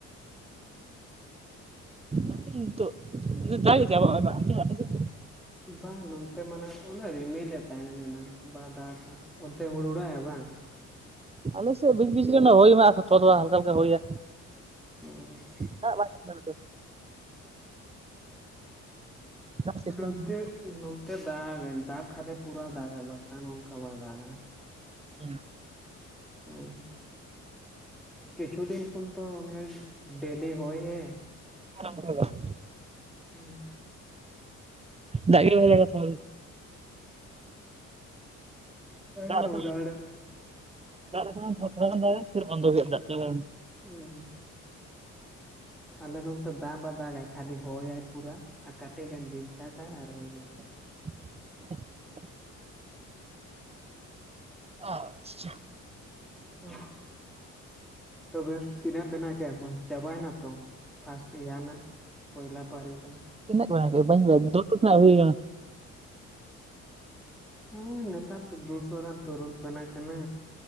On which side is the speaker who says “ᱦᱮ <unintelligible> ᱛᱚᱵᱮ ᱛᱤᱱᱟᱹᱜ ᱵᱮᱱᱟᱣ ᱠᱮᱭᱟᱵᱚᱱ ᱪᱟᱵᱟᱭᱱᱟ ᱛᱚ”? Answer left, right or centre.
Centre